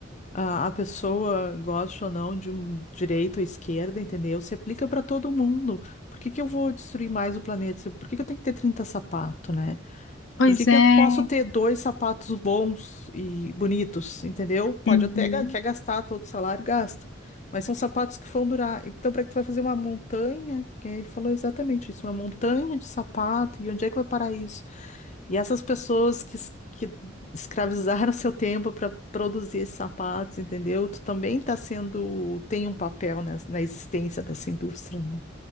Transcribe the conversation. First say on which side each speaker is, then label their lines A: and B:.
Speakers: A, on the left (about 40°); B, on the left (about 75°).
A: a, a pessoa gosta ou não de um direito ou esquerda, entendeu? Se aplica para todo mundo. Por que que eu vou destruir mais o planeta? Se- Por que que eu tenho que ter 30 sapatos, né?
B: Pois
A: Por que
B: é.
A: que eu não posso ter dois sapatos bons e bonitos, entendeu? Pode
B: Uhum.
A: até ga- quer gastar todo o salário, gasta. Mas são sapatos que vão durar. Então, para que tu vai fazer uma montanha? Que ele falou exatamente isso, uma montanha de sapato. E onde é que vai parar isso? E essas pessoas que, es- que escravizaram <laughs> seu tempo para produzir esses sapatos, entendeu? Tu também tá sendo, tem um papel nes- na existência dessa indústria, né?